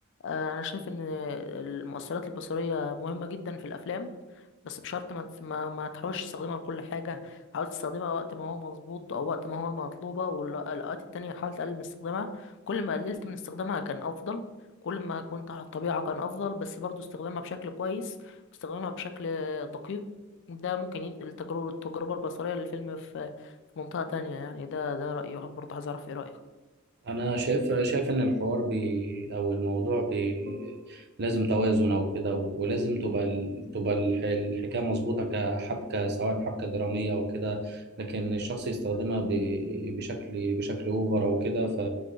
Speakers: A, on the left; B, on the right.
A: آه، انا شايف ان المؤثرات البصريه مهمه جدا في الافلام بس بشرط ما تس- ما, ما تحاولش تستخدمها لكل حاجة حاول تستخدمها وقت ما هو مظبوط أو وقت ما هو مطلوبة والأوقات التانية حاول تقلل من استخدامها كل ما قللت من استخدامها كان أفضل كل ما كنت على الطبيعة كان أفضل بس برضو استخدامها بشكل كويس استخدامها بشكل دقيق ده ممكن ينقل التجربة التجربة البصرية للفيلم في في منطقة تانية يعني ده ده رأيي برضه عايز أعرف إيه رأيك
B: انا شايف شايف ان الحوار بي او الموضوع بي لازم توازن او كده و- ولازم تبقى ال- تبقى الح- الحكايه مظبوطه كحبكه سواء حبكه دراميه او كده لكن الشخص يستخدمها ب- بشكل بشكل اوفر او كده ف